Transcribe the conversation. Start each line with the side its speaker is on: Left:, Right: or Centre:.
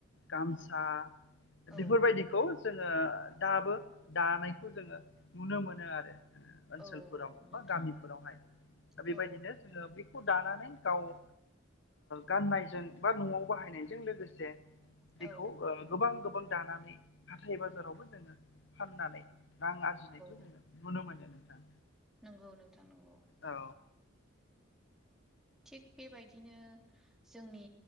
Left: गामसा
Centre: औ
Left: बेफोरबायदिखौ जोङो दाबो दानायखौ जोङो नुनो मोनो आरो ओनसोलफोराव
Centre: औ औ नोंथां
Left: बा गामिफोरावहाय बेबायदिनो
Centre: औ
Left: जोङो बेखौ दानानै गाव ओ गाननायजों बा नआव बाहायनायजों लोगोसे
Centre: औ
Left: बेखौ ओ गोबां गोबां दानानै हाथाय बाजारावबो जोङो फाननानै रां आरजिनायखौ जोङो
Centre: औ
Left: नुनो मोनो नोंथां
Centre: नंगौ नोंथां नंगौ
Left: औ
Centre: थिग बेबायदिनो जोंनि